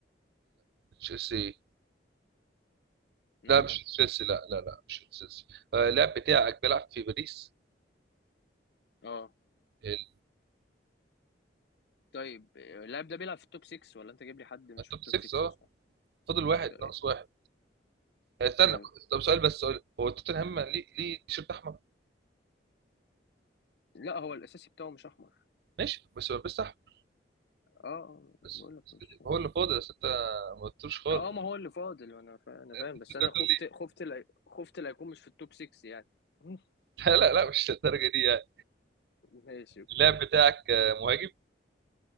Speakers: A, on the right; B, on the left.
A: تشيلسي
B: مم؟
A: لا مش تشيلسي لا لا لا مش تشيلسي آه، اللاعب بتاعك بيلعب في باريس
B: اه
A: ال-
B: طيب اللاعب ده بيلعب في التوب 6 ولا انت جايب لي حد مش
A: التوب
B: في التوب
A: 6
B: 6
A: اه
B: اصلا
A: فاضل واحد
B: طيب
A: ناقص واحد آه، استنى
B: طيب
A: طب سؤال بس سؤال هو توتنهام ليه ليه تيشيرت احمر
B: لا هو الاساسي بتاعه مش احمر
A: ماشي بس بس احمر
B: اه آه، بقول
A: بس
B: لك
A: بس
B: مش
A: كده. هو اللي فاضل بس انت ما قلتوش خالص
B: اه آه، ما هو اللي فاضل انا فا... انا فاهم
A: انت
B: بس انا
A: تقول
B: خفت
A: لي
B: خفت لا... خفت لا يكون مش في التوب 6 يعني <laughs>
A: <laughs> لا لا لا مش للدرجه دي يعني
B: ماشي اوكي
A: اللاعب بتاعك آه، مهاجم